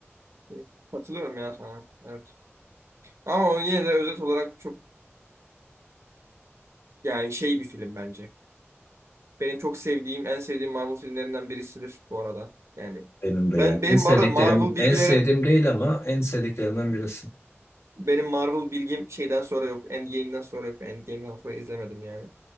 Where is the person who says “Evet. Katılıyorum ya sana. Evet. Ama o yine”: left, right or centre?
Right